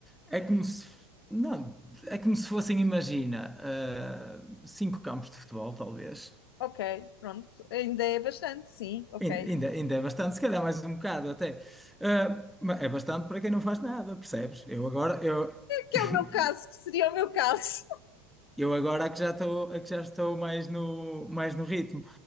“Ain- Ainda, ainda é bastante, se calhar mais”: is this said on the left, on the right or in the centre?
Centre